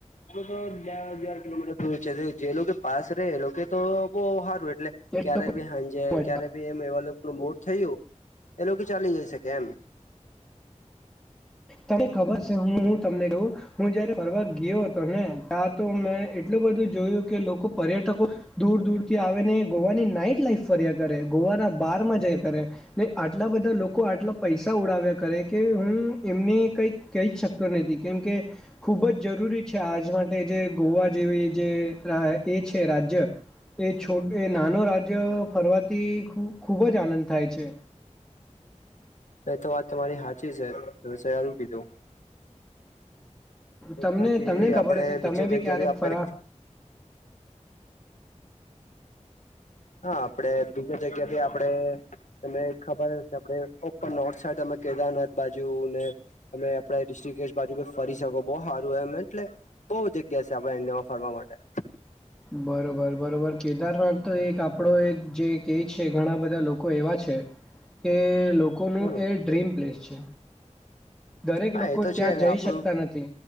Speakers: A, on the left; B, in the centre.
A: તો બે હજાર કિલોમીટર દૂર છે, જે લોકો પાસ રે એ લોકો તો બઉ હારું એટલે.
B: એ
A: ક્યારે
B: લોકો
A: ભી હાંજે
B: મજા
A: ક્યારે ભી એમ એવા લોકોનું મૂડ થયું એ લોકો ચાલી જઈ છે કે એમ.
B: તને ખબર છે હું તમને કું હું જયારે ફરવા ગયો હતો ને. તા તો મેં એટલું બધું જોયું કે લોકો પર્યટકો દૂર દૂર થી આવે ને. ગોવાની નાઈટ લાઈફ ફર્યા કરે ગોવાના બારમાં જયા કરે ને આટલા બધા લોકો આટલા પૈસા ઉડાવ્યા કરે કે હું એમને કહી શકતો નથી કેમ કે ખુબ જ જરૂરી છે આજના એ જે ગોવા જેવી જે એ છે રાજ્ય એ છોટ એ નાનો રાજ્ય ફરવાથી ખૂબ જ આનંદ થાય છે.
A: એ તો વાત તમારી હાચી છે સયારું કીધું.
B: તમને
A: બાકી
B: તમને ખબર
A: આપડે
B: હશે
A: બીજે
B: તમે
A: જગ્યા
B: બી ક્યારેક
A: ભી આપડે
B: ફરા
A: હા આપડે બીજા જગ્યાથી આપડે તમે ખબર હશે આપડે ઓર નોર્થ સાઈડ તમે કેદારનાથ બાજુ ને તમે આપડે ડિસ્ટ્રિકજ બાજુ ફરી શકો બો હારું એમ એટલે બોઉ જગ્યા છે આપડા ઇન્ડિયામાં ફરવા માટે.
B: બરોબર બરોબર કેદારનાથ તો એક આપડો એક જે કેય છે ઘણા બધા લોકો એવા છે. કે લોકોનું
A: હમ
B: એ ર્ડીમ પ્લેસ છે. દરેક
A: હા
B: લોકો
A: એ તો
B: ત્યાં
A: છે
B: જઈ
A: ને આપડું
B: શકતા નથી,